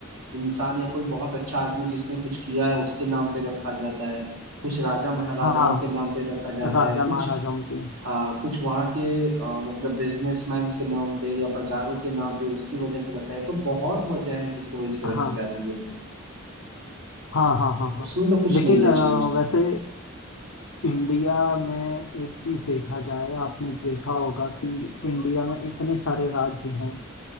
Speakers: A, on the right; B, on the left.
A: इंसान या कोई बहुत अच्छा आदमी जिसने कुछ किया है उसके नाम पे रखा जाता है कुछ राजा महाराजाओं
B: हाँ
A: के नाम पे रखा जाता
B: राजा
A: है कुछ
B: महाराजाओं के
A: हाँ कुछ वहाँ के अ, मतलब बिजनेसमैन के नाम पे या बाजारों के नाम पे उसकी वजह से रखा है तो बहुत वजह है जिसकी वजह से
B: हाँ
A: रखी जाती है
B: हाँ हाँ हाँ हाँ
A: उसमें तो कुछ
B: लेकिन
A: नहीं है
B: अ,
A: चेंज
B: वैसे इंडिया में एक चीज देखा जाए आपने देखा होगा कि इंडिया में इतने सारे राज्य हैं